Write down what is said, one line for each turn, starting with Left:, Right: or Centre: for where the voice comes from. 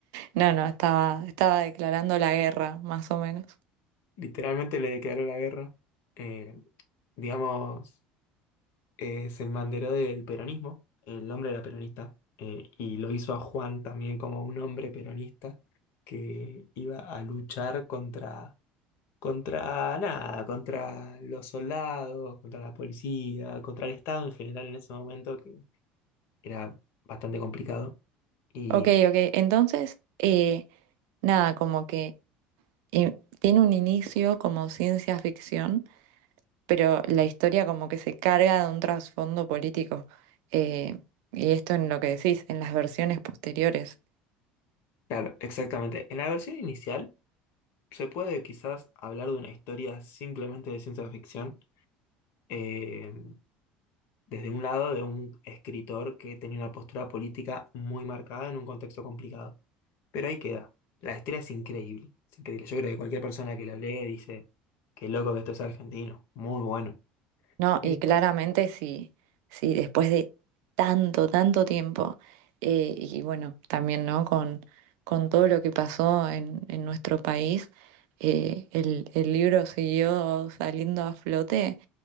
Right: No, no, estaba, estaba declarando la guerra, más o menos.
Left: Literalmente le declaró la guerra, eh, digamos, eh, se embanderó del peronismo, el hombre era peronista, eh, y lo hizo a Juan también como un hombre peronista que iba a luchar contra contra nada, contra los soldados, contra la policía, contra el Estado en general en ese momento, que era bastante complicado. Y
Right: Ok, ok. Entonces, eh, nada, como que eh, tiene un inicio como ciencia ficción, pero la historia como que se carga de un trasfondo político. Eh, y esto en lo que decís, en las versiones posteriores.
Left: claro, exactamente. En la versión inicial se puede quizás hablar de una historia simplemente de ciencia ficción, eh, desde un lado de un escritor que tenía una postura política muy marcada en un contexto complicado. Pero ahí queda. La historia es increíble, es increíble. Yo creo que cualquier persona que la lee dice, qué loco que esto es argentino, muy bueno.
Right: No,
Left: Y
Right: y
Left: después
Right: claramente sí, sí, después de tanto, tanto tiempo, eh, y bueno, también, ¿no? Con, con todo lo que pasó en, en nuestro país, eh, el, el libro siguió saliendo a flote,